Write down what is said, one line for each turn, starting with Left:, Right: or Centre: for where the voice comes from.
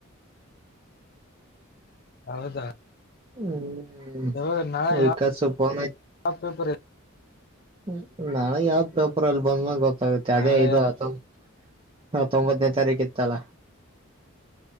Left: <inaudible> ಹೌದಾ
Right: ಹ್ಮ್
Left: ಯಾವಾಗ ನಾಳೆ
Right: ವಿಕಾಸ ಪೋನ
Left: ಯಾವ ಪೇಪರ್ ಇದೆ?
Right: ಹ್ಮ ನಾ ಯಾವ್ ಪೇಪರ್ ಅಲ್ಲಿ ಬಂದ್ಮ್ಯಾಗ ಗೊತ್ತಾಗತ್ತೆ ಅದೇ
Left: ನಾಳೆ
Right: ಇದು ಆತ ಹಾ ತೊಂಬಂಬತ್ತುನೇ ತಾರಖೆ ತಲ್ಲ